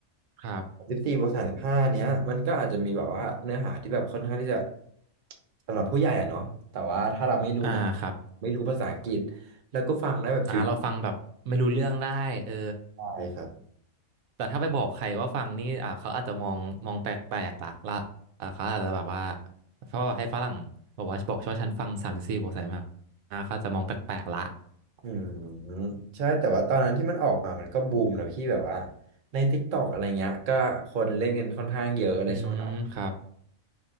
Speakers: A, on the right; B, on the right.
A: ครับ
B: สิบสี่บวกสามสิบห้าเนี้ยมันก็อาจจะมีแบบว่าเนื้อหาที่แบบค่อนข้างที่จะสำหรับผู้ใหญ่อะเนาะแต่ว่าถ้าเราไม่รู้นะ
A: อ่าครับ
B: ไม่รู้ภาษาอังกฤษแล้วก็ฟังได้แบบชิว
A: อ่าเราฟังแบบไม่รู้เรื่องได้เออ
B: ๆได้ครับ
A: แต่ถ้าไปบอกใครว่าฟังนี่อ่าเขาอาจจะมองมองแปลกๆละละอ่าเขาอาจจะแบบว่าเพราะว่าให้ฝรั่งบอกว่าบอกชอบฉันฟังสามสิบสี่บอกใส่มาอ่าเขาอาจจะมองแปลกๆละ
B: อืมใช่แต่ว่าตอนนั้นที่มันออกมามันก็บูมนะพี่แบบว่าใน TikTok อะไรเงี้ยก็คนเล่นกันค่อนข้างเยอะเลยช่วงนั้น
A: อืมครับ